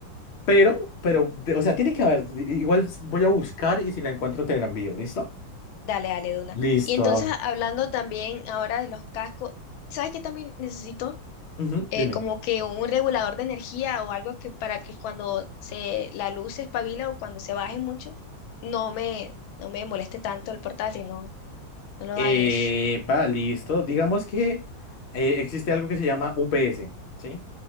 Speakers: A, on the left; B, on the left.
A: Pero, pero, de- o sea, tiene que haber. i- Igual voy a buscar y si la encuentro te la envío, ¿listo?
B: Dale, dale, Duna.
A: Listo.
B: Y entonces,
A: a
B: hablando también ahora de los cascos, ¿sabes qué también necesito?
A: Ujú,
B: Eh,
A: Dime.
B: como que un regulador de energía o algo que para que cuando se, la luz se espabila o cuando se baje mucho, no me, no me moleste tanto el portátil, no, no lo
A: Epa,
B: dañe.
A: listo. Digamos que eh, existe algo que se llama UPS, ¿sí?